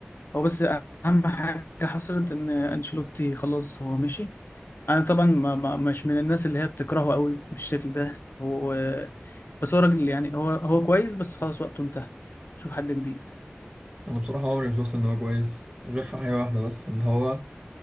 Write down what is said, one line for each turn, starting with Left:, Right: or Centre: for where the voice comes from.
Left: هو بس أهم حاجة حصلت إن أنشيلوتي خلاص هو مشي أنا طبعا ما ما مش من الناس اللي هي بتكرهه قوي بالشكل ده هو بس هو راجل يعني هو هو كويس بس خلاص وقته انتهى شوف حد جديد
Right: انا بصراحة عمري ما شفت ان هو كويس غير في حاجة واحدة بس ان هو